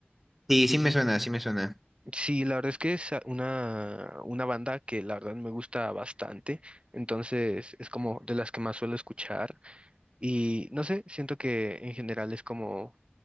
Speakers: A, in the centre; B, on the right.
A: Sí, sí me suena, sí me suena.
B: Sí, la verdad es que es a- una, una banda que la verdad me gusta bastante, entonces es como de las que más suelo escuchar y no sé, siento que en general es como